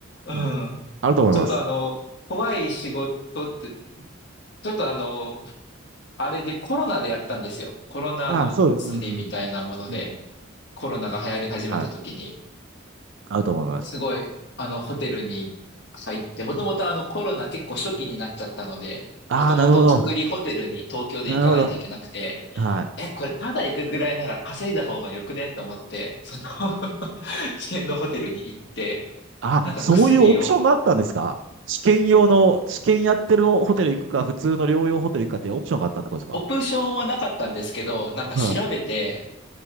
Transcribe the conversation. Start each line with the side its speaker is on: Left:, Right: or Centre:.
Left: うん。
Right: うん。あると思います。
Left: ちょっとあの、怖い仕事って、ちょっとあの、あれでコロナでやったんですよ。コロナの薬みたいなもので、
Right: ああ、そうです。うん、うん。うんうん
Left: コロナが流行り始めた時に、
Right: はい。あると思います。
Left: すごい、あの、ホテルに入って、もともとあの、コロナ結構初期になっちゃったので、
Right: ああ、
Left: もともと隔離ホテルに東京で行かないといけなくて、
Right: なるほど。なるほど。はい。
Left: え、これただ行くぐらいなら稼いだ方がよくねと思って、その <laughs> 試験のホテルに行って、
Right: あ、
Left: なんか薬を、
Right: そういうオプションがあったんですか試験用の、試験やってるホテル行くか、普通の療養ホテル行くかっていうオプションがあったってことですか
Left: オプションはなかったんですけど、なんか調べて、
Right: はい。